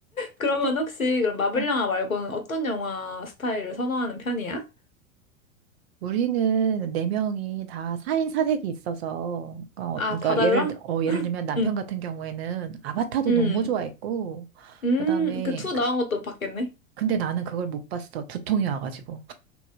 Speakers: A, on the left; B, on the right.
A: 그러면
B: 그-
A: 혹시 그럼 마블
B: 어,
A: 영화 말고는 어떤 영화 스타일을 선호하는 편이야?
B: 우리는 네 명이 다 사인사색이 있어서 그러니까
A: 아,
B: 어, 그러니까
A: 다 달라?
B: 예를 들- 어, 예를 들면 남편
A: 응,
B: 같은 경우에는 아바타도
A: 응,
B: 너무 좋아했고
A: 음,
B: 그다음에
A: 그 투
B: 그
A: 나온 것도 봤겠네.
B: 근데 나는 그걸 못 봤어. 두통이 와가지고.